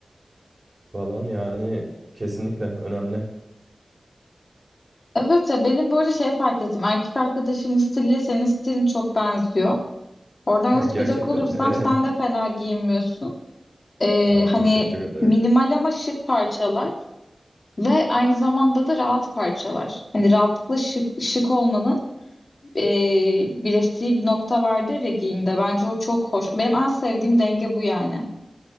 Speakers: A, on the right; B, on the left.
A: falan yani kesinlikle önemli.
B: Evet ya benim böyle şey fark ettim. Erkek arkadaşımın stiliyle senin stilin çok benziyor. Oradan
A: <laughs>
B: yola çıkacak
A: Gerçekten
B: olursam
A: mi? Ee,
B: sen de fena giyinmiyorsun. Ee,
A: Aa,
B: hani
A: teşekkür ederim.
B: minimal ama şık parçalar ve aynı zamanda da rahat parçalar. Hani rahatlıkla şık, şık olmanın ee, birleştiği bir nokta vardır ya giyimde. Bence o çok hoş. Benim en sevdiğim denge bu yani.